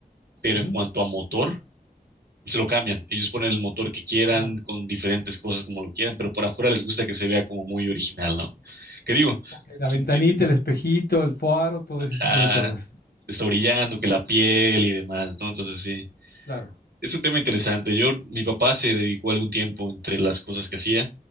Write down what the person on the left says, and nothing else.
Ujú,
Ya.
Ok, la
ventanita,
el espejito, el faro, todo ese tipo
de cosas.
Claro.